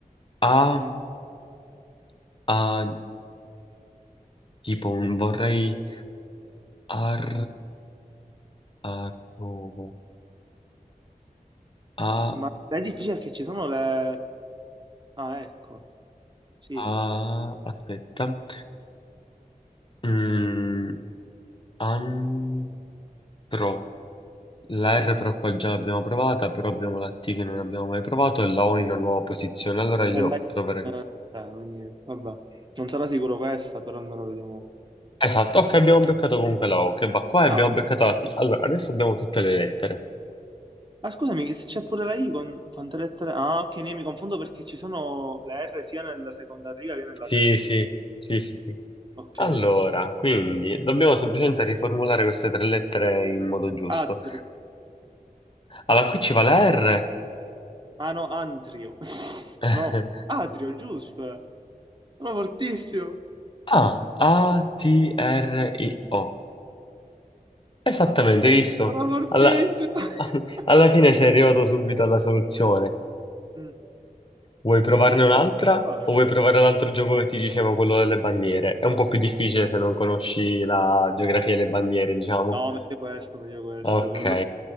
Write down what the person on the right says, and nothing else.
Mm.
Ma è difficile perché ci sono le... Ah, ecco. Sì.
è la...
eh, quindi, vabbè, non sarà sicuro questa, però almeno vediamo.
Ah,
boh.
Ma scusami, se c'è pure la I con quante lettere? Ah, ok, ne mi confondo perché ci sono le R sia nella seconda riga che nella
terza.
Ok.
Atri.
Ah no, Antrio. <laughs>
No, Atrio, giusto. eh. Sono fortissimo.
Sono fortissimo.
<laughs>
Mm.
Ah,
oh, vai.
No, meglio questo, meglio questo.
Se no,